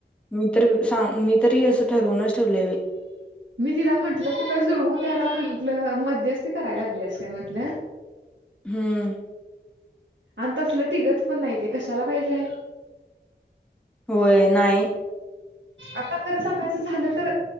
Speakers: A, in the centre; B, on the right.
A: मी तर सां मी तरी असं ठरवूनच ठेवले
B: मी तिला म्हंटलं तू कास जुळवून त्याला म्हंटलं मध्येच ती करायला लागली अस काय म्हंटलं
A: हम्म
B: आणि तसलं टिकत पण नाही ते कशाला पाहिजेय
A: होय नाही
B: आता खरं सांगायचं झालं तर